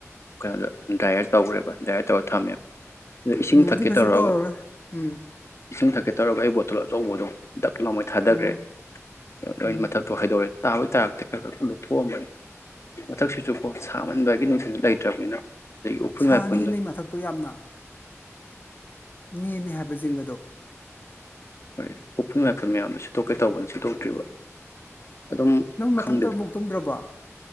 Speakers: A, on the left (about 60°); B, on the left (about 40°).
A: ꯀꯩꯅꯣꯗ ꯗꯥꯏꯌꯔ ꯇꯧꯈ꯭ꯔꯦꯕ ꯗꯥꯏꯌꯔ ꯇꯧꯔꯒ ꯊꯝꯃꯦꯕ ꯑꯗ ꯏꯁꯤꯡ
B: ꯎꯝ
A: ꯊꯛꯀꯦ
B: ꯑꯗꯨ ꯀꯩꯁꯨ
A: ꯇꯧꯔꯒ
B: ꯇꯧꯔꯔꯣꯏ ꯎꯝ
A: ꯏꯁꯤꯡ ꯊꯛꯀꯦ ꯇꯧꯔꯒ ꯑꯩ ꯕꯣꯠ ꯇꯜ ꯑꯆꯧꯕꯗꯣ ꯗꯛ ꯂꯥꯎꯃꯩ ꯊꯥꯗꯒ꯭ꯔꯦ
B: ꯎꯝ
A: ꯂꯣꯏ
B: ꯎꯝ
A: ꯃꯊꯛꯇꯨ ꯍꯥꯏꯗꯣꯔꯛꯑꯦ ꯇꯥꯕꯨꯗꯤ ꯇꯥꯔꯛꯇꯦ ꯈꯔ ꯈꯔ ꯂꯨꯞꯊꯣꯛꯑꯝꯕꯅꯦ ꯃꯊꯛꯁꯤꯁꯨ ꯀꯣ ꯁꯥꯃꯟꯕꯒꯤ ꯅꯨꯡꯁꯤꯠꯁꯨ ꯂꯩꯇ꯭ꯔꯕꯅꯤꯅ ꯑꯗꯒꯤ ꯎꯐꯨꯜ
B: ꯁꯥꯅꯤꯌꯦ
A: ꯋꯥꯏꯐꯨꯜꯗꯣ
B: ꯅꯣꯢ ꯃꯊꯛꯇꯣ ꯌꯥꯝꯅ ꯅꯦꯝꯃꯤ ꯍꯥꯏꯕ ꯖꯤꯡꯒꯗꯣ
A: ꯍꯣꯏ ꯎꯐꯨꯜ ꯋꯥꯢꯐꯨꯜ ꯃꯌꯥꯝꯗꯣ ꯁꯤꯠꯇꯣꯛꯀꯦ ꯇꯧꯕꯅꯤ ꯁꯤꯠꯇꯣꯛꯇ꯭ꯔꯤꯕ ꯑꯗꯨꯝ
B: ꯅꯪ ꯃꯊꯛꯇ
A: ꯈꯪꯗꯦꯗ
B: ꯑꯃꯨꯛ ꯇꯨꯝꯗ꯭ꯔꯕꯣ